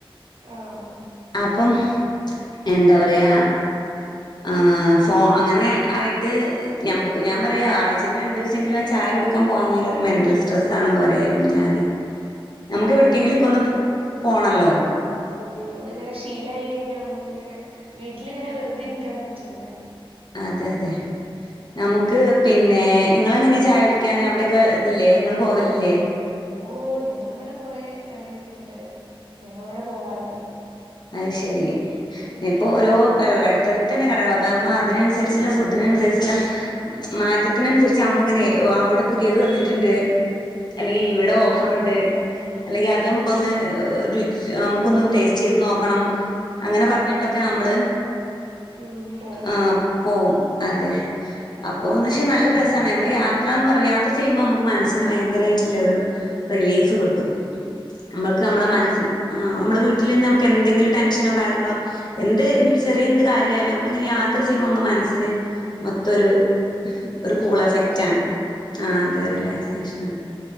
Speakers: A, on the right; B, on the left.
A: ആഹ്
B: അപ്പം എന്താപറയാ ആഹ് ഫോ അങ്ങനെ ആയ്ട്ട് ഞമ്മക്ക് ഞാൻ പറയാ ആഴ്ചേൽ രണ്ടൂവസെങ്കിലും ആ ചായ കുടിക്കാ പോവാഞ്ഞാലൊരു മെൻ്റൽ സ്ട്രെസ്സാണിന്ന് പറയാരുന്നു ഞാന് നമ്ക്ക്
A: ആഹ്
B: എവ്ട്ക്കേങ്കിലൊക്കൊന്ന്
A: അതെ
B: പോണല്ലോ
A: ഉം അതിങ്ങനെ ശീലായി കഴിഞ്ഞാ അമ്മക്കിങ്ങനെ വീട്ടിലിങ്ങനെ വെറ്തിരിക്കാൻ പറ്റ്ണില്ല
B: അതെയതെ നമുക്ക് പിന്നെ ഇങ്ങളെങ്ങെനെ ചായുടിക്കാന് അവ്ടെക്കെ ഇതില്ലേ, ഇങ്ങള് പോകലില്ലേ
A: ഓഹ് ഞങ്ങളടെ കൊറേ കടയൊക്കെണ്ട്. ഞങ്ങളെവ്ടെ പോവാറിണ്ട്
B: അ ശരി ഇപ്പൊ ഓരോ ഏ അട്ത്തെട്തെന്നെ കടകള അപ്പമ്മ അതിനൻസ് സര്ച്ചിള്ള ഫുഡ്ഡിനൻസര്ച്ചിള്ള മാറ്റത്തിനൻസര്ച്ച് അമ്മളിങ്ങനെ എവടെ പുതിയത് വന്നിട്ടിണ്ട്.
A: ഉം
B: അല്ലെങ്കി ഇവിടെ ഓഫറിണ്ട്
A: ആഹ്
B: അല്ലെങ്കി അത് അമ്മുക്കൊന്ന് രുചി, നമുക്കൊന്ന് ടേസ്റ്റെയ്ത് നോക്കണം. അങ്ങനെ പർഞ്ഞിട്ടൊക്കെ നമ്മള്
A: ഉം പോവും
B: ആഹ് പോവും അതെ, അപ്പോന്നുവച്ചാ നല്ല രസാണ് നംള് യാത്രാന്ന് <unintelligible> യാ ത്ര ചെയ്യുമ്പമുക്ക് മനസ്സിന് ഭ്യങ്കരായ്റ്റില്ലെ ഒരു റിലീഫ് കിട്ടും. അമ്മക്ക്
A: അത്
B: അമ്മളെ
A: ശരിയാ
B: മനസ്സിൽ ആഹ് അമ്മളെ വീട്ടിലിന്ന് അമക്കെന്തെങ്കിലും ടെൻഷനോ കാര്യങ്ങളോ എന്ത് ഇനിപ്പ ചെറിയെ എന്ത് കാര്യായാലും അമ്മളിങ്ങനെ യാത്ര ചെയ്യുമ്പോ നമ്മളെ മനസ്സിന് മൊത്തൊരു ഒരു
A: റിലാക്സേഷനാണ്
B: കൂൾ എഫെക്റ്റാണ്. ആഹ് അതെ
A: ഉം
B: റിലാക്സേഷനാണ്